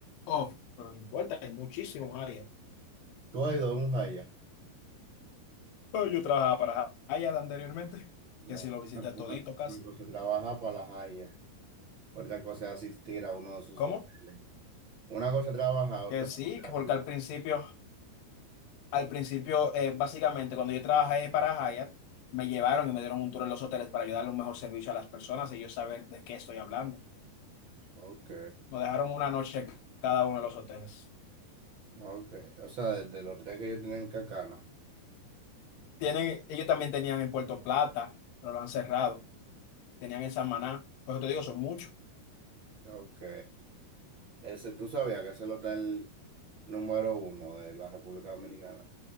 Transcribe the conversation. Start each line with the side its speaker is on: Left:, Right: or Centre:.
Left: Oh, pero no importa, hay muchísimos Hyatt.
Right: ¿Tú has ido a un Haya?
Left: Pero yo trabajaba para Hyatt anteriormente,
Right: No.
Left: que si lo
Right: Una,
Left: visité
Right: una-
Left: todito casi.
Right: una cosa es trabajar para la Haya. Otra cosa es asistir a uno de sus
Left: ¿Cómo?
Right: hoteles. Una cosa es trabajar, otra
Left: Que
Right: cosa
Left: sí,
Right: es
Left: que
Right: asistir.
Left: porque al principio, al principio, eh, básicamente, cuando yo trabajé para Hyatt, me llevaron y me dieron un tour en los hoteles para ayudar a un mejor servicio a las personas y yo saber de qué estoy hablando.
Right: Ok,
Left: Nos dejaron una noche en cada uno de los hoteles.
Right: ok. O sea, desde los tres que ellos tienen en Cacana.
Left: Tienen, ellos también tenían en Puerto Plata, pero lo han cerrado. Tenían en Samaná. Por eso te digo, son muchos.
Right: Ok. Ese, tú sabías que ese lo está el número uno de la República Dominicana.